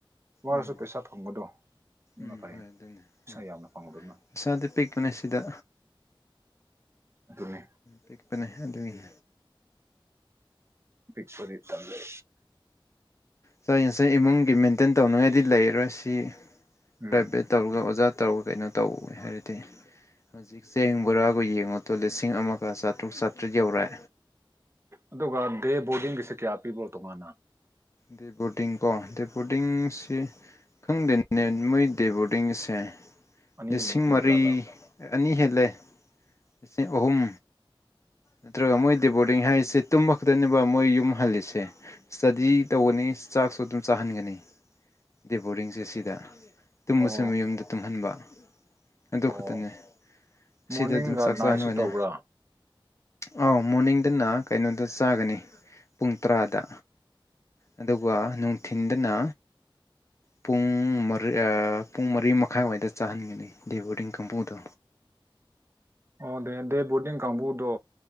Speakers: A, on the right (about 30°); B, on the left (about 35°).
A: ꯋꯥꯔꯁꯨ
B: ꯎꯝ
A: ꯄꯩꯁꯥ ꯐꯪꯕꯗꯣ ꯑꯗꯨꯅ
B: ꯎꯝ
A: ꯐꯥꯏ
B: ꯍꯣꯏ ꯑꯗꯨꯅꯦ
A: ꯄꯩꯁꯥ
B: ꯎꯝ
A: ꯌꯥꯝꯅ ꯐꯪꯕꯗꯨꯅ
B: ꯏꯁꯥꯗꯤ ꯄꯤꯛꯄꯅꯦ ꯁꯤꯗ
A: ꯑꯗꯨꯅ‌ꯦ
B: ꯄꯤꯛꯄꯅꯦ ꯑꯗꯨꯒꯤ
A: ꯄꯤꯛꯄꯗꯤ ꯇꯜꯂ‌ꯦ
B: ꯁ ꯉꯁꯥꯏ ꯏꯃꯨꯡꯒꯤ ꯃꯦꯟꯇꯦꯟ ꯇꯧꯅꯤꯡꯉꯥꯏꯗꯤ ꯂꯩꯔꯣꯏ ꯁꯤ
A: ꯎꯝ
B: ꯄ꯭ꯔꯥꯏꯚꯦꯠ ꯇꯧꯔꯒ ꯑꯣꯖꯥ ꯇꯧꯔꯒ ꯀꯩꯅꯣ ꯇꯧ ꯍꯥꯏꯔꯗꯤ ꯍꯧꯖꯤꯛ ꯆꯦꯡ ꯕꯣꯔꯥꯕꯨ ꯌꯦꯡꯉ‌ꯣ ꯇꯣ ꯂꯤꯁꯤꯡ ꯑꯃꯒ ꯆꯥꯇ꯭ꯔꯨꯛ ꯆꯥꯇ꯭ꯔꯦꯠ ꯌꯧꯔꯦ
A: ꯑꯗꯨꯒ ꯗꯦ ꯕꯣꯔꯗꯤꯡꯒꯤꯁꯦ ꯀꯌꯥ ꯄꯤꯕ꯭ꯔꯣ ꯇꯣꯉꯥꯟꯅ
B: ꯗꯦ ꯕꯣꯔꯗꯤꯡ ꯀꯣ ꯗꯦ ꯕꯣꯔꯗꯤꯡꯁꯤ ꯈꯪꯗꯦꯅꯦ ꯃꯣꯏ ꯗꯦꯕꯣꯔꯗꯤꯡ ꯁꯦ
A: ꯑꯅꯤꯒꯨꯝꯕ
B: ꯂꯤꯁꯤꯡ
A: ꯄꯤꯕꯖꯥꯠꯂꯥ
B: ꯃꯔꯤ ꯑꯅꯤ ꯍꯦꯜꯂꯦ ꯂꯤꯁꯤꯡ ꯑꯍꯨꯝ ꯅꯠꯇ꯭ꯔꯒ ꯃꯣꯏ ꯗ‌ꯦꯕꯣꯔꯗꯤꯡ ꯍꯥꯏꯔꯤꯁꯦ ꯇꯨꯝ ꯈꯛꯇꯅꯦꯕ ꯃꯣꯏ ꯌꯨꯝ ꯍꯜꯂꯤꯁꯦ ꯁ꯭ꯇꯗꯤ ꯇꯧꯒꯅꯤ ꯆꯥꯛꯁꯨ ꯑꯗꯨꯝ ꯆꯥꯍꯟꯒꯅꯤ ꯗ‌ꯦꯕꯣꯔꯗꯤꯡꯁꯦ ꯁꯤꯗ
A: ꯑꯣ
B: ꯇꯨꯝꯕꯁꯨ ꯃꯌꯨꯝꯗ ꯇꯨꯝꯍꯟꯕ ꯑꯗꯨ
A: ꯑꯣ
B: ꯈꯛꯇꯅꯦ ꯑꯁꯤꯗ
A: ꯃꯣꯔꯅꯤꯡꯒ
B: ꯑꯗꯨꯝ ꯆꯥꯛ
A: ꯅꯥꯏꯠꯁꯨ
B: ꯆꯥꯍꯟꯕꯅꯦ
A: ꯇꯧꯕ꯭ꯔꯥ
B: ꯑꯧ ꯃꯣꯔꯅꯤꯡꯗꯅ ꯀꯩꯅꯣꯗ ꯆꯥꯒꯅꯤ ꯄꯨꯡ ꯇꯔꯥꯗ ꯑꯗꯨꯒ ꯅꯨꯡꯊꯤꯟꯗꯅ ꯄꯨꯡ ꯃꯔꯤ ꯑꯥ ꯄꯨꯡ ꯃꯔꯤ ꯃꯈꯥꯏꯋꯥꯏꯗ ꯆꯥꯍꯟꯒꯅꯤ ꯗ‌ꯦ ꯕꯣꯔꯗꯤꯡ ꯀꯥꯡꯕꯨꯗꯣ
A: ꯑꯣ ꯗ‌ꯦ ꯗ‌ꯦ ꯕꯣꯔꯗꯤꯡ ꯀꯥꯡꯕꯨꯗꯣ